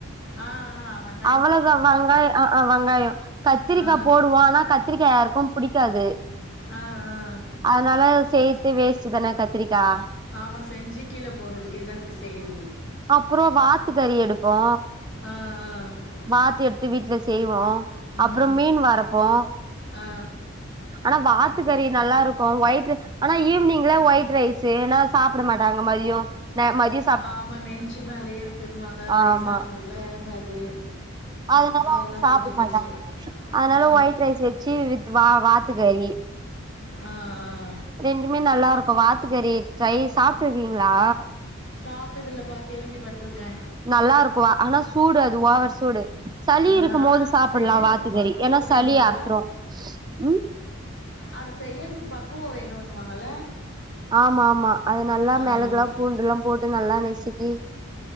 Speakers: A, on the left; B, on the right.
A: ஆ ஆ அவே
B: அவ்ளோதா வெங்காயோ ஆ ஆ வெங்காயோ கத்ரிக்கா
A: ஆ
B: போடுவோ ஆனா கத்ரிக்கா யாருக்கு புடிக்காது
A: ஆ ஆ
B: அதனால செய்த்தே வேஸ்ட்டு தான கத்திரிக்கா
A: ஆமா செஞ்சு கீழ போறதுக்கு இன்னாதுக்கு செய்றது
B: அப்பறோ வாத்து கறி எடுப்போ
A: ஆ ஆ
B: வாத்து எடுத்து வீட்ல செய்வோ
A: ஆ ம்
B: அப்பறோ மீன் வறப்போ
A: ஆ
B: ஆனா வாத்துக்கறி நல்லா இருக்கு ஒயிட்ர ஆனா ஈவினிங்ல ஒயிட் ரைஸு ஏனா சாப்ட மாட்டாங்க மதியோ நா மதியோ
A: ஆமா நெஞ்சு மேலயே இருக்குன்னுவாங்க வயசானவங்களுக்லா
B: ஆமா
A: எறங்காது
B: அதனால
A: அதெல்லாம்
B: அவுங்க சாப்ட
A: கொஞ்சம்
B: மாட்டாங்க
A: கஷ்டம்
B: அதனால
A: ஆ
B: ஒயிட் ரைஸ் வச்சு வித் வா வாத்துக்கறி
A: ஆ ஆ
B: ரெண்டுமே நல்லா இருக்கு வாத்துக்கறி ஃப்ரை சாப்ட்ருக்கீங்ளா
A: சாப்ட்டதுல்லப்பா கேள்விப்பட்டிருக்கே
B: நல்லா இருக்கு ஆனா சூடு அது ஓவர் சூடு சளி
A: ஆ,
B: இருக்கம்போது
A: ஆனா அதுக்கு
B: சாப்பில்லா
A: செய்யறதுக்கு
B: வாத்துக்கறி
A: பக்குவம்
B: ஏன்னா சளி
A: வேணும்ல
B: அத்துறு ம்
A: அது செய்றதுக்கு பக்குவோ வேணுனுவாங்கல
B: ஆமா ஆமா அது நல்லா
A: ஆ
B: மெளகுலா பூண்டுல்லா போட்டு நல்லா நெசுக்கி